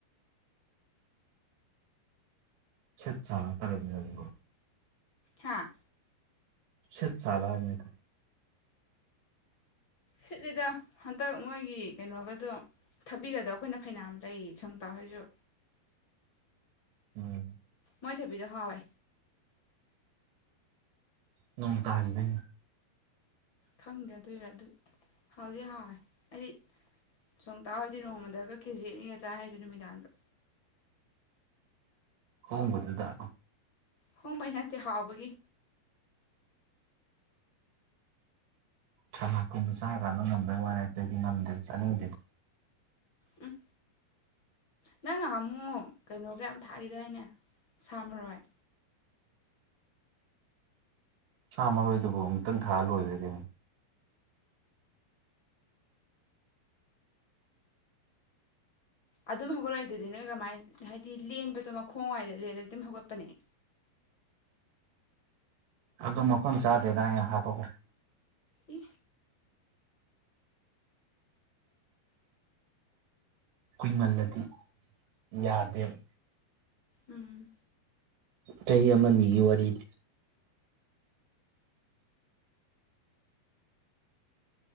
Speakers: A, on the right (about 80°); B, on the left (about 35°).
A: ꯁꯤꯠ ꯁꯥꯠꯂꯣ ꯇꯔꯕꯨꯖꯗꯨꯕꯣ
B: ꯍꯥꯥ
A: ꯁꯤꯠ ꯆꯂꯥꯅꯤꯗ
B: ꯁꯤꯠꯂꯤꯗ ꯍꯟꯗꯛ ꯃꯣꯏꯒꯤ ꯀꯩꯅꯣꯒꯗꯣ ꯊꯥꯕꯤꯒꯗꯣꯕ ꯑꯩꯈꯣꯏꯅ ꯐꯩꯅꯥꯝ ꯂꯩ ꯁꯨꯡ ꯇꯥꯎꯍꯣꯏꯁꯨ
A: ꯎꯝ
B: ꯃꯣꯏ ꯊꯕꯤꯗꯣ ꯍꯥꯎꯋꯦ
A: ꯅꯣꯡꯃꯇꯒꯤ ꯍꯥꯏꯕꯅꯦ
B: ꯈꯪꯗꯦ ꯑꯗꯨꯏꯔ ꯑꯗꯨ ꯍꯥꯎꯗꯤ ꯍꯥꯎꯋꯦ ꯑꯩꯗꯤ ꯁꯝ ꯇꯥꯍꯣꯏꯗꯤ ꯅꯣꯡꯃꯗꯒ ꯀꯦꯖꯤ ꯑꯅꯤꯒ ꯆꯥꯏ ꯍꯥꯏꯁꯦ ꯅꯨꯃꯤꯗꯥꯡꯗ
A: ꯍꯣꯡꯕꯗꯨꯗ
B: ꯍꯣꯡꯕꯩ ꯅꯠꯇꯦ ꯍꯥꯎꯕꯒꯤ
A: ꯁꯂꯥꯛ ꯀꯨꯝꯕ ꯆꯥꯔꯀꯥꯟꯅ ꯉꯝꯕꯩ ꯋꯥꯔꯦ ꯑꯇꯩꯗꯤ ꯉꯝꯗꯦ ꯆꯥꯅꯤꯡꯗꯦꯗ
B: ꯎꯝ ꯅꯪ ꯉ ꯍꯥꯝꯃꯛꯑꯣ ꯀꯩꯅꯣꯒꯌꯥꯝ ꯊꯥꯛꯏꯗ ꯍꯥꯏꯅꯦ ꯁꯥꯝꯃꯔꯣꯏ
A: ꯁꯥꯝꯃꯔꯣꯏꯗꯨꯕꯨ ꯑꯃꯨꯛꯇꯪ ꯊꯥꯑ ꯂꯣꯏꯔꯒꯦ
B: ꯑꯗꯨꯝ ꯍꯧꯒꯠꯂꯛꯏ ꯏꯗꯨꯗꯤ ꯅꯣꯏ ꯀꯃꯥꯏꯅ ꯍꯥꯏꯗꯤ ꯂꯦꯟꯕꯗꯣ ꯃꯈꯣꯡ ꯍꯥꯏꯏꯗ ꯂꯦꯜꯂꯗꯤ ꯑꯗꯨꯝ ꯍꯧꯒꯠꯄꯅꯦ
A: ꯑꯗꯨ ꯃꯐꯝ ꯆꯥꯗꯦꯅ ꯑꯩ ꯅ ꯍꯥꯠꯇꯣꯛꯈ꯭ꯔꯦ
B: ꯏ
A: ꯀꯨꯏꯃꯜꯂꯗꯤ ꯌꯥꯗꯦꯕ
B: ꯎꯝ
A: ꯆꯍꯤ ꯑꯃꯅꯤꯒꯤ ꯋꯥꯔꯤꯅꯤ